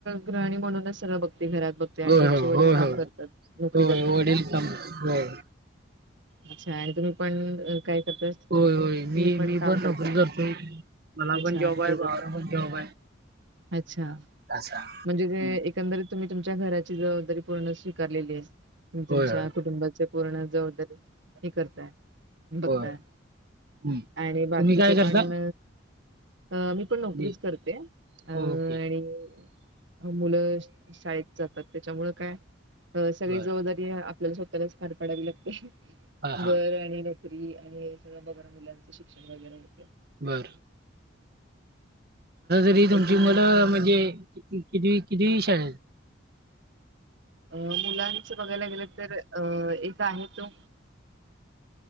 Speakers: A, on the right; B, on the right.
A: गृहणी म्हणूनच सर बघ घरात बघते आणि
B: होय
A: तुमचे
B: होय
A: वडील
B: होय
A: काम करतात
B: होय
A: नोकरी करतात
B: होय वडील
A: का
B: काम होय
A: अच्छा आणि तुम्ही पण अ, काय करताय?
B: होय होय
A: तुम्ही
B: मी मी
A: काम
B: पण
A: करता.
B: नक जतो मला
A: अच्छा
B: पण जॉब
A: नोकरी
B: आहे बावला
A: करता.
B: पण जॉब आहे
A: अच्छा
B: असा
A: म्हणजे
B: हम्म.
A: ते एकंदरी तुम्ही तुमच्या घराची जबाबदारी पूर्ण स्वीकारलेली आहे तुम्ही तुमच्या
B: होय होय
A: कुटुंबाचे पूर्ण जबाबदारी हे करताय बघताय
B: होय हम्म
A: आणि बाकीचे
B: तुम्ही काय करता?
A: पण अ मी पण नोकरीच
B: जी.
A: करते अं
B: ओके
A: आणि मुलं शाळेत जातात त्याच्यामुं काय अ सगळी
B: बर
A: जबाबदारी आपल्याला स्वतःलाच पार पडावी लागते
B: हा हा
A: घर आणि नोकरी आणि सगळं बघा मुलांचं शिक्षण वगैरे य
B: बर कधी तुमची
A: एकंदरीत
B: मुलं म्हणजे कि किती शाळे
A: अं मुलांच बघायला गेले तर अं एक आहे तो